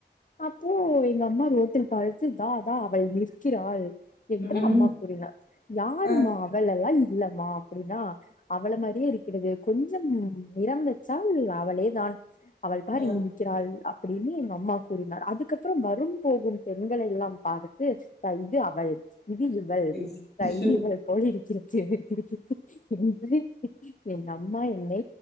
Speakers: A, on the left; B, on the left.
A: அப்போ எங்க அம்மா ரோட்டில் பாத்து தாதா அவள் நிற்கிறாள் என்று
B: ம்
A: அம்மா கூறினார் யாருமா
B: ஆ
A: அவளெல்லா இல்லமா அப்டின்னா அவள மாறியே இருக்கிறது கொஞ்சம் நிறம் வச்சால் அவளே தான் அவள் பாரு
B: ஆ
A: இங்க நிற்கிறாள் அப்டின்னு எங்க அம்மா கூறினார் அதுக்கப்பறோம் வரும் போகும் பெண்களை எல்லாம் பார்த்து த இது அவள் இது இவள்
B: அச்சச்சோ
A: <unintelligible> இவள் போல <unintelligible> என் அம்மா என்னை